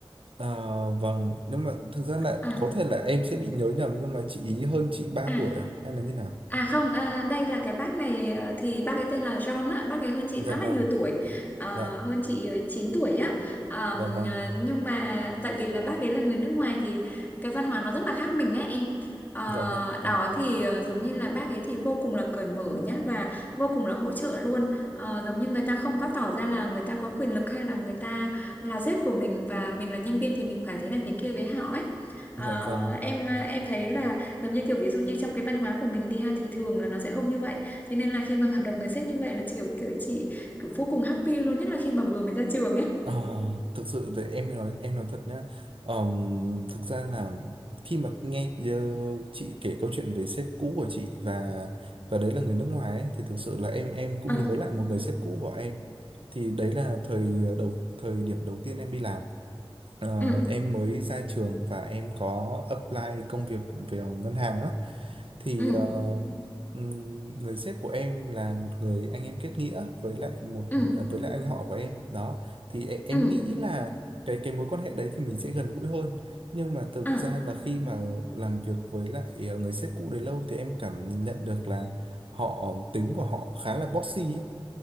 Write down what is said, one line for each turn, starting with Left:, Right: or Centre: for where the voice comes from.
Right: À, vâng, nhưng mà thực ra là
Left: à
Right: có thể là em sẽ bị nhớ nhầm nhưng mà chị ý hơn chị ba
Left: à
Right: tuổi à hay là như nào?
Left: À không, à, đây là cái bác này ờ, thì bác ấy tên là John á, bác ấy hơn chị
Right: Dạ
Left: khá
Right: vâng,
Left: là nhiều tuổi, ờ,
Right: dạ,
Left: hơn chị ờ, 9 tuổi á. Ờm,
Right: dạ vâng,
Left: ờ, nhưng mà tại vì là bác ấy là người nước ngoài thì cái văn hóa nó rất là khác mình á em. Ờ,
Right: dạ vâng,
Left: đó thì ờ, giống như là bác ấy thì vô cùng là cởi mở nhá và vô cùng là hỗ trợ luôn. Ờ, giống như người ta không có tỏ ra là người ta có quyền lực hay là người ta là sếp của mình và mình là nhân viên thì mình phải thế này thế kia với họ ấy. Ờ,
Right: dạ vâng.
Left: em ờ, em thấy là Giống như kiểu ví dụ như trong cái văn hóa của mình đi ha thì thường là nó sẽ không như vậy. Thế nên là khi mà gặp được người sếp như vậy là chị kiểu kiểu chị kiểu vô cùng happy luôn nhất là khi mà vừa mới ra trường ấy.
Right: À, thực sự thì em nói em nói thật nhá. Ờm, thực ra là khi mà nghe ờ, chị kể câu chuyện về sếp cũ của chị và và đấy là người nước ngoài ấy, thì thực sự là em em cũng
Left: À,
Right: nhớ lại một người sếp cũ của em. Thì đấy là thời ờ, đầu thời điểm đầu tiên em đi làm Ờ,
Left: ừ,
Right: em mới ra trường và em có apply công việc về ngân hàng á thì
Left: ừ,
Right: ờ, ừm, người sếp của em là một người anh em kết nghĩa với lại một
Left: ừ,
Right: à, với lại anh họ của em đó thì e- em
Left: ừ,
Right: nghĩ là cái cái mối quan hệ đấy thì mình sẽ gần gũi hơn nhưng mà thực
Left: à,
Right: ra là khi mà làm việc với lại ờ, người sếp cũ đấy lâu thì em cảm nhận được là họ tính của họ khá là bossy ấy.